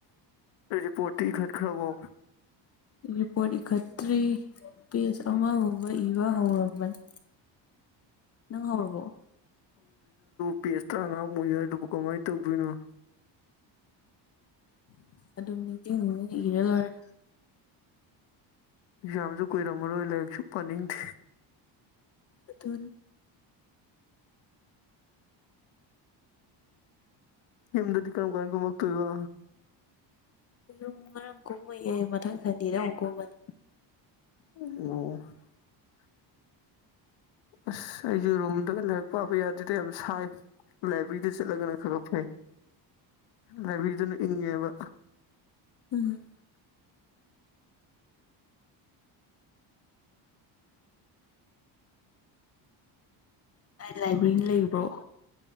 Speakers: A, on the left (about 75°); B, on the left (about 35°).
A: ꯔꯤꯄꯣꯠꯇꯤ ꯏꯈꯠꯈꯕꯔꯣ
B: ꯔꯤꯄꯣꯠ ꯏꯈꯠꯇ꯭ꯔꯤ ꯄꯦꯖ ꯑꯃꯒꯨꯝꯕ ꯏꯕ ꯍꯧꯔꯝꯕꯅꯤ ꯅꯪ ꯍꯣꯔꯕꯣ
A: ꯄꯦꯁ <inaudible> ꯎꯏ ꯍꯥꯏꯗꯨꯕꯨ ꯀꯃꯥꯏ ꯇꯧꯗꯣꯏꯅꯣ <inaudible>
B: ꯑꯗꯨꯝ ꯅꯤꯡꯁꯤꯡ ꯅꯤꯡꯁꯤꯡ ꯏꯔ ꯂꯣꯏꯔꯦ
A: ꯌꯥꯝꯁꯨ ꯀꯨꯏꯔꯝꯃꯔꯣꯏ ꯂꯥꯏꯔꯤꯛꯁꯨ ꯄꯅꯤꯡꯗꯦ
B: ꯑꯗꯨ
A: ꯏ ꯅ ꯀꯔ ꯀꯔ ꯀꯃꯛꯇ ꯏꯕ
B: ꯨ ꯉꯥꯡ ꯀꯨꯝꯃꯨꯌꯦ ꯃꯊꯪ ꯁꯟꯗꯤꯗ ꯑꯃꯨꯛ ꯀꯨꯝꯃꯅꯤ
A: ꯑꯣ ꯑꯁ ꯑꯩꯁꯨ ꯔꯨꯝꯗꯒ ꯂꯥꯏꯔꯤꯛ ꯄꯥꯕ ꯌꯥꯗꯦꯗ ꯌꯥꯝ ꯁꯥꯏ ꯂꯥꯏꯕ꯭ꯔꯦꯔꯤꯗ ꯆꯠꯂꯒꯅ ꯈꯔ ꯐꯩ ꯂꯥꯏꯕ꯭ꯔꯦꯔꯤꯗꯨꯅ ꯏꯪꯉꯦꯕ
B: ꯎꯝ ꯂꯥꯏꯕ꯭ꯔꯦꯔꯤ ꯂꯩꯕ꯭ꯔꯣ